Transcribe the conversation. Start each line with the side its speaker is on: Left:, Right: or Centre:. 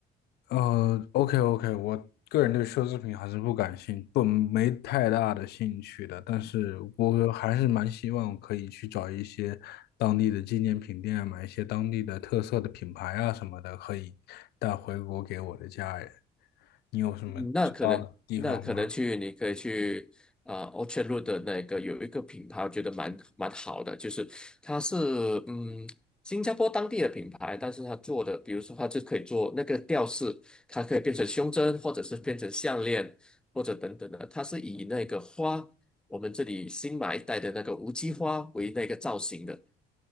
Left: 呃，OK OK，我个人对奢侈品还是不感兴，不没太大的兴趣的。但是我还是蛮希望可以去找一些当地的纪念品店啊，买一些当地的特色的品牌啊什么的，可以带回国给我的家人。你有什么知道的地方吗？
Centre: 嗯那可能，那可能去，你可以去啊、呃、，Orchard Road 的那个有一个品牌，我觉得蛮蛮好的，就是它是嗯新加坡当地的品牌，但是它做的，比如说它就可以做那个吊饰，它可以变成胸针，或者是变成项链，或者等等的，它是以那个花，我们这里新买一带的那个无机花为那个造型的，